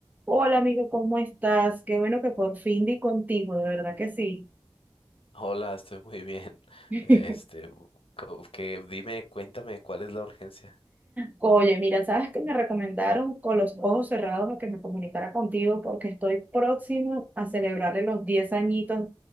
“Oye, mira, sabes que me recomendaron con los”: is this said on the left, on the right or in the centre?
Right